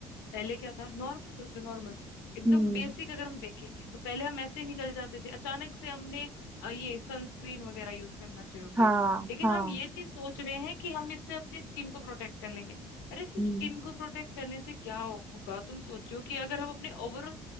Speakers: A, on the left; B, on the right.
A: पहले क्या था नॉर्मल सोचो नॉर्मल एकदम
B: हम्म
A: बेसिक अगर हम देखेंगे तो पहले हम ऐसे ही निकल जाते थे अचानक से हमने अ, ये सनस्क्रीन वगैरह यूज करना शुरू किया
B: हाँ
A: लेकिन
B: हाँ
A: हम ये चीज सोच रहे हैं कि हम इससे अपनी स्किन को प्रोटेक्ट कर लेंगे अरे सिर्फ
B: हम्म
A: स्किन को प्रोटेक्ट करने से क्या होगा तुम सोचो कि अगर हम अपने ओवरऑल